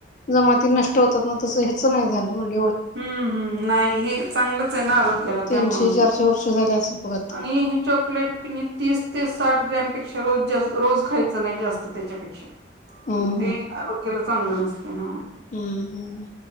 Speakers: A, on the left (about 40°); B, on the right (about 60°).
A: जमाती नष्ट होतांत तसं याचं नाहीं झां म्हटलं
B: हम्मं हम्मं नाहीं हे चांगलंच आहे नां आरोग्याला
A: तीनशे
B: त्यामुळें
A: चारशे वर्ष झाले असेल बघ आता
B: आणि हे चॉकलेट कि तीस ते साठ ग्रॅमपेक्षा रोज रोज खायचं नाहीं जास्तं त्यांच्या पेक्षा
A: हम्म
B: ते आरोग्यांला चांगलं नसते नां
A: हम्मं हम्मं